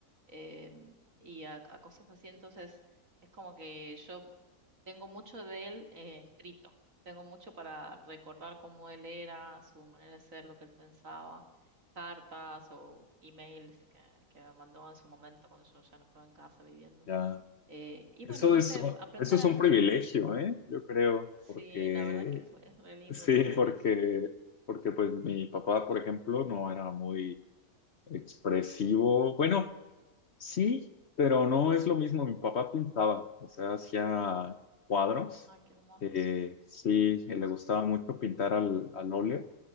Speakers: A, on the right; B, on the left.
A: em, y a, a cosas así. Entonces, es como que yo tengo mucho de él eh, escrito, tengo mucho para recordar cómo él era, su manera de ser, lo que él pensaba, cartas o emails que, que me mandó en su momento cuando yo ya no estaba en casa viviendo.
B: ya.
A: Eh, y
B: Eso
A: bueno, no
B: es,
A: sé,
B: oh,
A: aprender
B: eso es
A: a...
B: un privilegio,
A: Sí,
B: ¿eh? Yo creo,
A: sí,
B: porque,
A: la verdad que fue, es re
B: <laughs>
A: lindo
B: sí,
A: tener
B: porque,
A: eso.
B: porque pues mi papá, por ejemplo, no era muy expresivo. Bueno, sí, pero no es lo mismo. Mi papá pintaba, o sea, hacía cuadros.
A: Ay, qué hermoso,
B: Eh, sí,
A: qué hermoso.
B: le gustaba mucho pintar al, al óleo.